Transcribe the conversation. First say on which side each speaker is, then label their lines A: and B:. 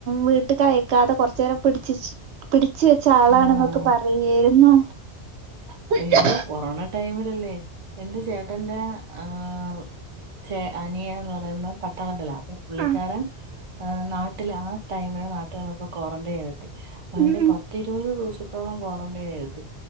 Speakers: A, on the right (about 80°); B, on the right (about 35°).
A: വീട്ട്ക്കയക്കാതെ കുറച്ചേരം പിടിച്ചിച്ച് പിടിച്ച് വെച്ച ആളാണാന്നൊക്കെ
B: ആഹ്
A: പറയേര്ന്നു. <unintelligible>
B: അയ്യോ കൊറോണ ടൈമിലല്ലേ എന്റെ ചേട്ടന്റെ ആഹ്.... ചെ അനിയനെന്ന് പറയുന്ന് പട്ടണത്തിലാ. പു പുള്ളിക്കാരൻ
A: ആഹ്
B: ആ നാട്ടില് ആ ടൈമിന് നാട്ടിൽ വന്നപ്പോ ക്വാറന്റൈൻ ഇര്ത്തി. അവന്റെ
A: ഉം ഉം
B: പത്ത് ഇരുപത് ദിവസത്തോളം ക്വാറന്റൈൻ ഇരുത്തി